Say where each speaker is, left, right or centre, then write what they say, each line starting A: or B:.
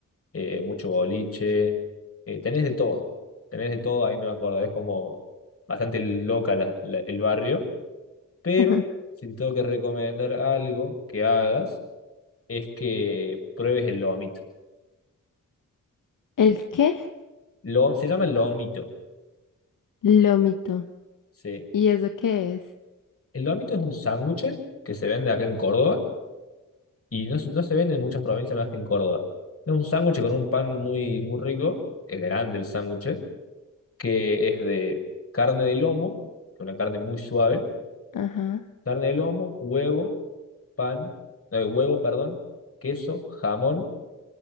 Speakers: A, on the left (about 45°); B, on the left (about 75°).
A: eh, mucho boliche. eh, tenés de todo, tenés de todo, ahí no me acuerdo, es como bastante loca la- la- el barrio, pero
B: <laughs>
A: si te tengo que recomendar algo que hagas, es que pruebes el lomito.
B: ¿El qué?
A: Lo, se llama lomito,
B: Lómito.
A: sí.
B: ¿Y eso qué es?
A: El lomito es un sándwich que se vende acá en Córdoba y no, se- no se vende en muchas provincias más que en Córdoba. Es un sándwich con un pan muy, muy rico, es grande el sándwich, que es de carne de lomo, que es una carne muy suave,
B: Ajá.
A: carne de lomo, huevo, pan, eh, huevo, perdón, queso, jamón,